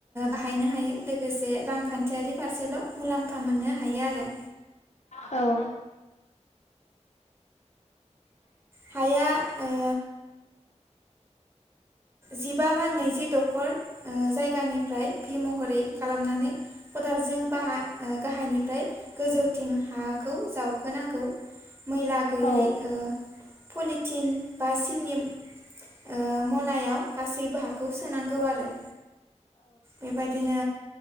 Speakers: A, on the right (about 20°); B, on the left (about 70°).
A: बाहायनो हायो लोगोसे रांखान्थियारि फारसेल' मुलाम्फा मोननो हायो आरो।
B: <inaudible> औ
A: हाया ओ जिबा बा नैजि दखर ओ जायगानिफ्राय भि महरै खालामनानै खदालजों बाहा ओ गाहायनिफ्राय गोजौथिं हाखौ जावखोनांगौ। मैला गैयि
B: औ
A: ओ पलिथिन बा सिनिम ओ मनायाव गासैबो हाखौ सोनांगौ आरो। बेबायदिनो